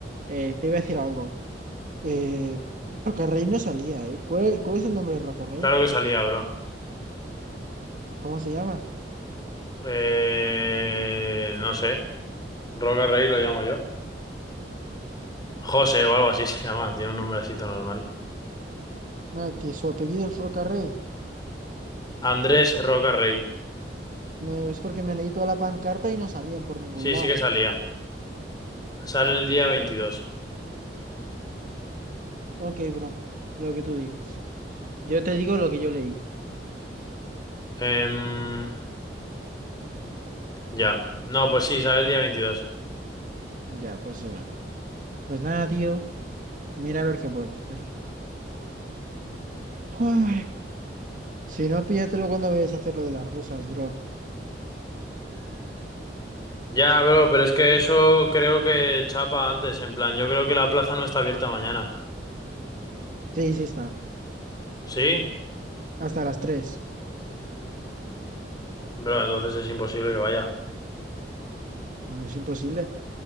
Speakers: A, on the right; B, on the left.
A: Eh, te iba a decir algo. Eh, Rocarrey no salía, ¿eh? ¿Cuál, cuál es el nombre de Rocarrey?
B: Claro que salía, bro.
A: ¿Cómo se llama?
B: Eh... No sé. Roca Rey lo llamo yo. José o algo así <laughs> se llama, tiene un nombrecito normal.
A: Ah, que su apellido es Rocarrey.
B: Andrés Roca Rey.
A: Me- es porque me leí toda la pancarta y no salían por ningún
B: Sí,
A: lado.
B: sí que salía. Sale el día 22.
A: Ok, bro, lo que tú digas. Yo te digo lo que yo leí.
B: Em, ya. No, pues sí, sale el día 22.
A: Ya, pues eso. Pues nada, tío. Mira a ver qué puedes hacer. Ay, si no, píllatelo cuando vayas a hacer lo de las rusas, bro.
B: Ya, bro, pero es que eso creo que chapa antes, en plan, yo creo que la plaza no está abierta mañana.
A: Sí, sí está.
B: ¿Sí?
A: Hasta las tres.
B: Bro, entonces es imposible que vaya.
A: No es imposible.